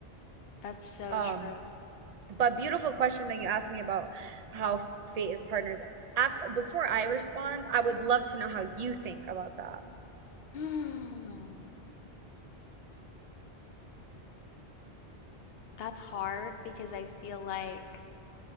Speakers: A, on the left; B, on the right.
A: That's so
B: Um,
A: true. <sighs>
B: but beautiful question that you asked me about how fate is partners. Af before I respond, I would love to know how you think about that.
A: Hmm. That's hard because I feel like,